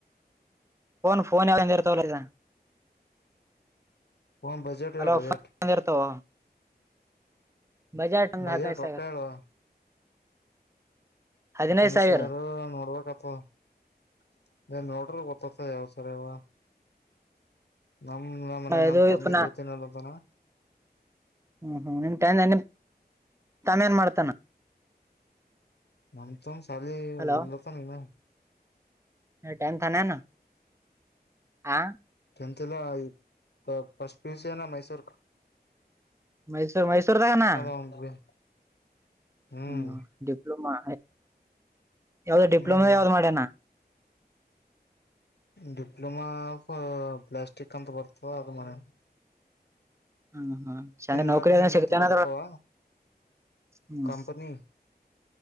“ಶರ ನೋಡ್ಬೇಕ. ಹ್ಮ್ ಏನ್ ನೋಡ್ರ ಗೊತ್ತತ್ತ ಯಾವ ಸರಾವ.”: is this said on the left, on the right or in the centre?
Left